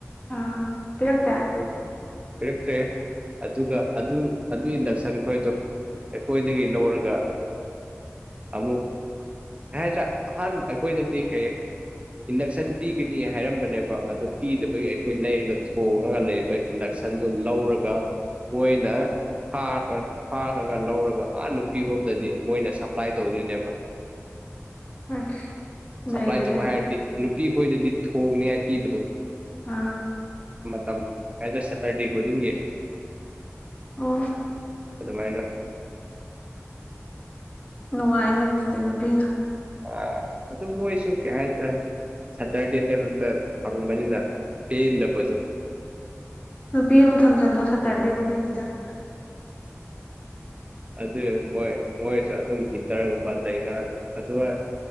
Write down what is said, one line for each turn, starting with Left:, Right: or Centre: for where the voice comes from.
Left: ꯑꯥ ꯄꯤꯔꯛꯇꯦ
Right: ꯑꯗ ꯄꯤꯔꯛꯇ꯭ꯔꯦ ꯑꯗꯨꯒ ꯑꯗꯨ ꯑꯗꯨ ꯏꯟꯗꯛꯁꯟ ꯈꯣꯏꯗꯣ ꯑꯩꯈꯣꯏꯗꯒꯤ ꯂꯧꯔꯒ
Left: <inaudible>
Right: ꯑꯃꯨꯛ ꯍꯥꯏ ꯍꯥꯏꯁꯦ ꯑꯍꯥꯟꯕ ꯑꯩꯈꯣꯏꯗꯗꯤ ꯀꯩ ꯏꯟꯗꯛꯁꯟ ꯄꯤꯒꯅꯤ ꯍꯥꯏꯔꯝꯕꯅꯦꯕ ꯑꯗꯨ ꯄꯤꯗꯕꯒꯤ ꯑꯩꯈꯣꯏ ꯂꯩꯔꯒ ꯊꯣꯡꯉꯒ ꯂꯩꯕ ꯏꯟꯗꯛꯁꯟ ꯁꯟꯗꯨ ꯂꯧꯔꯒ ꯃꯣꯏꯅ ꯊꯥꯈ꯭ꯔꯒ ꯂꯧꯔꯒ ꯑꯥ ꯅꯨꯄꯤ ꯂꯣꯝꯗꯗꯤ ꯃꯣꯏꯅ ꯁꯄ꯭ꯂꯥꯏ ꯇꯧꯗꯣꯏꯅꯦꯕ
Left: ꯑꯁ ꯅꯩꯔꯦꯅꯦ
Right: ꯁꯞꯄ꯭ꯂꯥꯏ ꯇꯧꯧꯕ ꯍꯥꯏꯔꯗꯤ ꯅꯨꯄꯤ ꯈꯣꯏꯗꯗꯤ ꯊꯣꯡꯅꯤꯉꯥꯏ ꯄꯤꯕꯗꯣ
Left: ꯑꯥ
Right: ꯝ ꯑꯦꯁ ꯑꯦ ꯁꯦꯇꯔꯗꯦ ꯈꯨꯗꯤꯡꯒꯤ
Left: ꯑꯣ
Right: ꯑꯗꯨꯃꯥꯏꯅ
Left: ꯅꯨꯡꯉꯥꯏꯅꯦ ꯑꯗꯨꯗꯤ ꯅꯨꯄꯤꯅ
Right: ꯑ ꯑꯗꯨ ꯑꯗꯨ ꯃꯣꯏꯁꯨꯨ ꯀꯦꯁ ꯁꯇꯔꯗꯤꯇ ꯈꯛꯇ ꯊꯃꯕꯗ ꯄꯗꯄꯁꯨ
Left: ꯅꯨꯄꯤ ꯑꯃ ꯊꯝꯖꯤꯜꯂꯣ ꯁꯥꯠꯇ꯭ꯔꯟꯗꯦ ꯍꯨꯗꯤꯖꯥ
Right: ꯑꯗꯨꯗ ꯃꯣꯏ ꯃꯣꯏ ꯑꯗꯨꯝ ꯍꯤꯇꯔꯒꯨꯝꯕ ꯂꯩꯅꯔꯒ ꯑꯗꯨꯒ